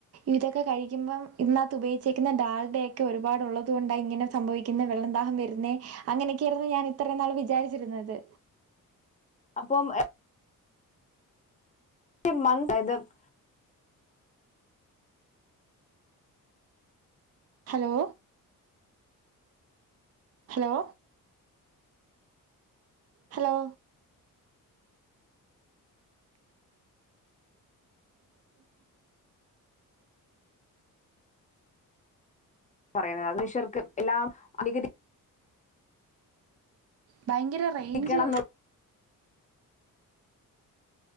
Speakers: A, on the right; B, on the left.
A: ഇതക്ക കഴിക്കുമ്പോ ഇതിനകത്ത് ഉപയോഗിച്ച ഡാൽഡ ഒക്കെ ഒരുപാട് ഉള്ളതുകൊണ്ട ഇങ്ങനെ സംഭവിക്കുന്നെ വെള്ളം ദാഹം വരുന്നേ അങ്ങനെയൊക്കെയാണ് ഞാൻ ഇത്രനാളും വിചാരിച്ചിരുന്നത്
B: അപ്പം <unintelligible>
A: ഹലോ ഹലോ ഹലോ
B: പറിണെ അതിന് ഈ ശെർക്കൻ എല്ലാം നികുതി
A: ഭയങ്കര റെയിഞ്ച്
B: ക്കണം